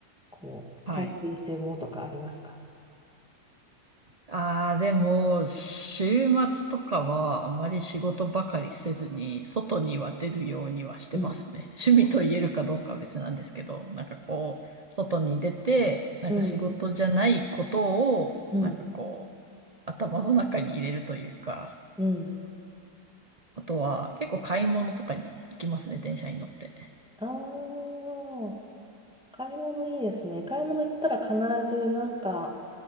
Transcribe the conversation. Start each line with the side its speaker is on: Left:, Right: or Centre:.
Centre: こう、
Right: はい。
Centre: 大切にしてるものとかありますか
Right: ああ、でも、週末とかはあまり仕事ばかりせずに、外には出るようにはしてますね。
Centre: うん。
Right: <laughs> 趣味と言えるかどうかは別なんですけど、なんかこう、外に出て、なんか仕事じゃないことを、
Centre: うん、うん、
Right: なんかこう、頭の中に入れるというか、
Centre: うん。
Right: あとは結構買い物とかに行きますね、電車に乗って。
Centre: ああ、買い物いいですね。買い物行ったら必ずなんか